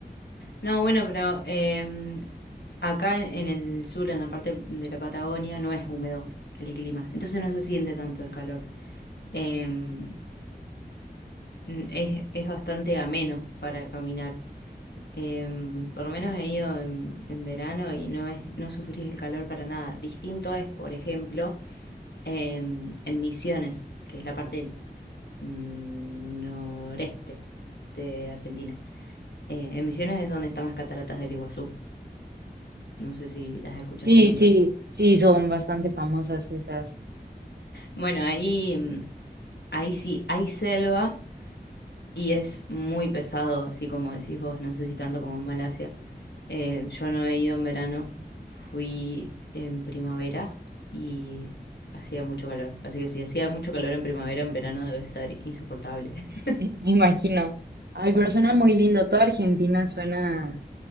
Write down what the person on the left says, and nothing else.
no, bueno, pero em, acá en en el sur, en la parte de la Patagonia, no es húmedo el clima, entonces no se siente tanto el calor. Em, n- es, es bastante ameno para caminar. Em, por lo menos he ido en, en verano y no es, no sufrís el calor para nada. Distinto es, por ejemplo, em, en Misiones, que es la parte mm, noreste de Argentina. Eh, en Misiones es donde están las cataratas del Iguazú. No sé si las escuchaste
nombrar.
Bueno, ahí, mm, ahí sí, hay selva y es muy pesado, así como decís vos, no sé si tanto como en Malasia. Eh, yo no he ido en verano, fui en primavera y hacía mucho calor. Así que si hacía mucho calor en primavera, en verano debe ser insoportable. <laughs>